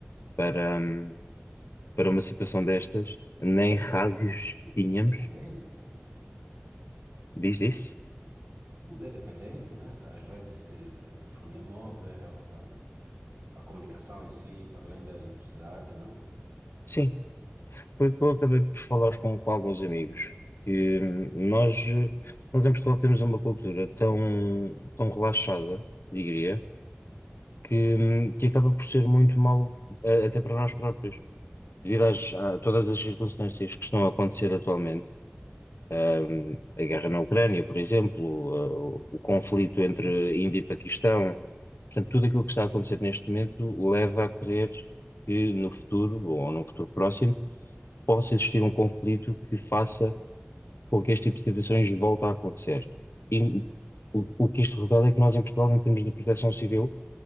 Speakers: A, on the left; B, on the right.
A: para, hum, para uma situação destas, nem rádios
B: Tudo
A: tínhamos.
B: é dependente, né?
A: Diz isso?
B: tudo é dependente, né? As redes de, de telefonia móvel, a, a comunicação em si, para além da eletricidade, né?
A: Sim. foi o que eu acabei por falar com, com alguns amigos. E hum, nós, eh, nós em Portugal temos uma cultura tão, tão relaxada, diria, que, hum, que acaba por ser muito mau, eh, até para nós próprios. Devido às, a todas as circunstâncias que estão a acontecer atualmente, hum, a guerra na Ucrânia, por exemplo, eh, o, o conflito entre Índia e Paquistão, portanto, tudo aquilo que está a acontecer neste momento leva a crer que no futuro, ou num futuro próximo, possa existir um conflito que faça com que este tipo de situações volta a acontecer. E o, o que isto revela é que nós em Portugal, em termos de proteção civil,